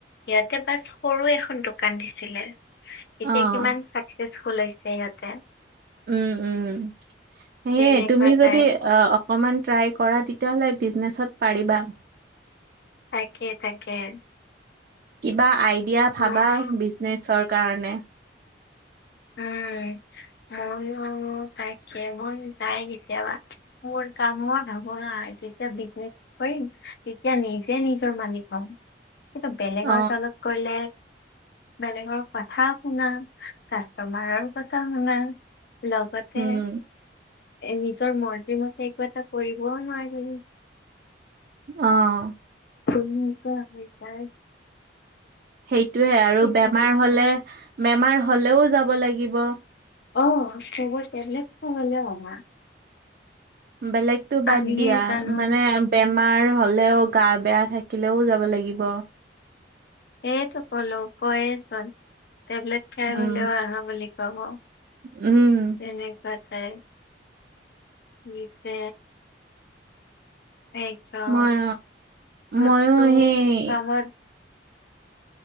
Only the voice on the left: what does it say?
ইয়াতে বাছ সৰু এখন দোকান দিছিলে। এতিয়া
কিমান চাকচেচফুল হৈছে ইহতে।
তেনেকুৱা
টাইপ
তাকে তাকেহে।
মই
উম মইয়ো তাকে মন যাই কেতিয়াবা। মোৰ কাম ভাবনাই যেতিয়া বিজনেচ কৰিম তেতিয়া নিজে নিজৰ মানি পাম। কিন্তু বেলেগৰ
তলত গলে বেলেগৰ কথা শুনা- কাষ্টমাৰৰ কথা শুনা লগতে
এ নিজৰ মৰ্জিমতে একো এটা কৰিবও নোৱাৰি।
তুমি ইটো আমি পাই।
ভাবিছো
অ হব তেবলেত ফমানে হমা।
আমিহে
জানো
এইটো কলো কয়েচোন টেবলেট খাই
হলেও আহা বুলি কব।
তেনেকুৱাতে। বিছে এক যাম
মুঠটো
কামত।